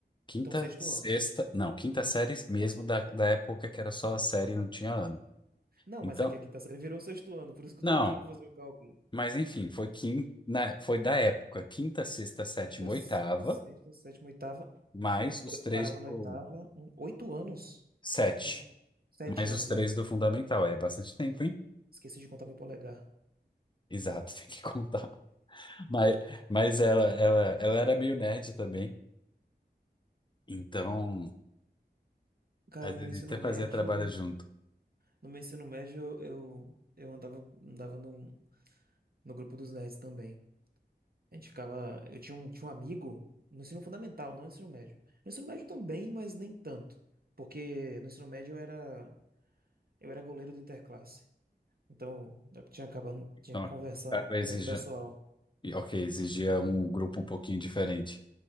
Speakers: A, on the left; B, on the right.
A: Quinta,
B: Então, sexto
A: sexta,
B: ano.
A: não, quinta série mesmo da, da época que era só a série e não tinha ano.
B: Não,
A: Então,
B: mas é que a quinta série virou sexto ano, por isso que
A: não,
B: eu tô tentando fazer o cálculo.
A: mas enfim, foi quin, na- foi da época, quinta, sexta, sétima,
B: Quinta, s-
A: oitava,
B: sexta, sétima, oitava.
A: mais os
B: oi-
A: três
B: Parava
A: do
B: na oitava. um- oito anos?
A: sete,
B: Não, sete
A: mais
B: anos,
A: os três
B: é.
A: do fundamental. É bastante tempo, hein?
B: Esqueci de contar meu polegar.
A: Exato, <laughs> tem que contar. Mas, mas ela, ela, ela era meio nerd também, então
B: Cara,
A: às
B: no
A: vezes
B: meu ensino
A: a gente até
B: médio.
A: fazia trabalho junto.
B: No meu ensino médio, eu, eu andava, andava num. No grupo dos nerds também. A gente ficava. Eu tinha um, tinha um amigo no ensino fundamental, não no ensino médio. No ensino médio também, mas nem tanto. Porque no ensino médio eu era, eu era goleiro do interclasse. Então eu tinha acabando, tinha
A: Então,
B: que conversar
A: acaba exigia,
B: com o pessoal.
A: e, ok, exigia um grupo um pouquinho diferente.